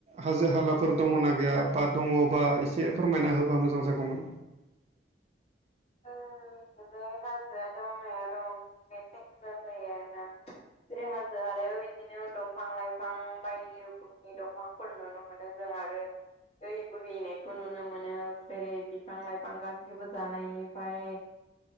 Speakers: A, on the right; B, on the left.
A: हाजो हालाफोर दङ' ना गैया बा दङ' बा एसे फोरमायना होबा मोजां जागौमोन।
B: <unintelligible> हाजोआ दं नाया दं खिन्थु एसे गोजान जायो ना।
A: <inaudible>
B: हाजो हालायाव इदिनो दंफां लाइफां बायदि रोखोमनि दंफांफोर नुनो मोनो जों आरो दै बोहैनायखौ नुनो मोनो। जेरै बिफां लाइफां गासैबो जानायनिफाय